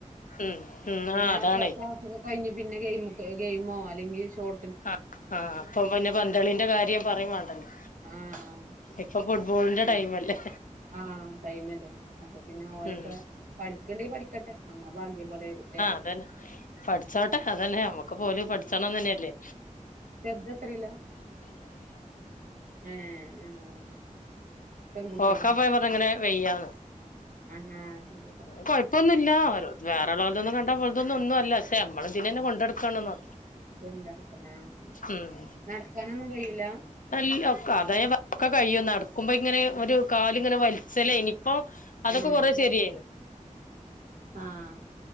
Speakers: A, on the left; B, on the right.
A: ഉം ഉം
B: പിന്നെ
A: ആ അതാണേ
B: ക്ലാസാക്കൊക്കെ കഴിഞ്ഞ് പിന്നെ ഗെയിമ് ഗെയിമോ അല്ലെങ്കിൽ ഷോർ
A: ആഹ് അപ്പം പിന്നെ പന്തളിന്റെ കാര്യം പറിം മാണ്ടല്ലേ
B: ആഹ്
A: ഇപ്പം ഫുട്ബോളിന്റെ
B: ഉം
A: ടൈമല്ലേ
B: ആഹ് ടൈമല്ലേ അപ്പൊ പിന്നെ ഓരൊക്കെ
A: ഉം
B: പഠിക്കണ്ട്യേ പഠിക്കട്ടെ അമ്മളെ ഭാഗ്യം പോലെ വരുംല്ലേ
A: അതെന്നെ പഠിച്ചോട്ടെ അതെന്നെ അമ്മക്ക് പ്പോല് പഠിച്ചണം തെന്നല്ലേ
B: ചെർതെത്രേല്ല ഏഹ് ആഹ് പെൺകുട്ടിയോ
A: ഓക്കാപ്പ ഞാം പർഞ്ഞങ്ങനെ വെയ്യാന്ന്.
B: ആഹ് അയ് ശെരി
A: കൊഴപ്പൊന്നുല്ല ഓരോ വേറെള്ളോൽ തൊന്നും കണ്ടാ അമ്മൾ തൊന്നും ഒന്നുല്ല പക്ഷെ അമ്മള് ഇതിനെന്നെ കൊണ്ടട്ക്കണന്നോ
B: കൊണ്ടടക്കണം ആ
A: ഉം
B: നടക്കാനൊന്നും കഴിയൂല
A: അല്ല ഒക്കെ അതാ <unintelligible> ഒക്കെ കയ്യു ന്നട് ക്കുമ്പ ങ്ങനെ ഒരു കാല ങ്ങനെ വൽച്ചെലേനി ഇപ്പൊ അതൊക്കെ
B: ആഹ്
A: കൊറേ ശെരിയായിണ്.
B: ആഹ്